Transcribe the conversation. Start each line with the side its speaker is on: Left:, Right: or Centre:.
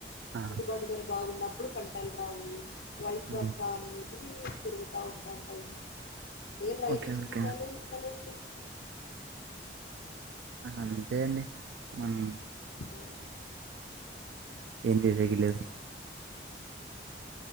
Right: ఆ
Left: గిట్టుబాటు ధర బాగున్నప్డు పంటల్ రావు వయసు
Right: హ్మ్
Left: వర్సాని ఇవి జరుగుతా ఉంటాంటాయ్ ఏ రైతు
Right: ఓకే
Left: జీవితాలే
Right: ఓకే
Left: ఇంతలేండి <inaudible>
Right: అంతేండి మనం
Left: <unintelligible>
Right: ఏం లేద్ రెగీలర్